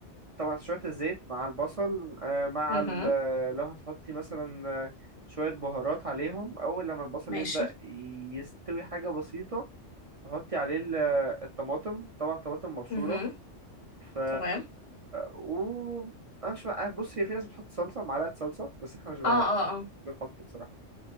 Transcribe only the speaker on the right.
شويه الزيت مع البصل آه، مع
ال- آه، لو هتحطي مثلا آه، شويه بهارات عليهم اول لما البصل
يبدا يستوي حاجه بسيطه تحطي عليه ال- آه، الطماطم طبعا طماطم مبشوره
ف
و انا مش بقى بص هي في ناس بتحط صلصه معلقه صلصه بس احنا مش بنحط
مش بنحط بصراحه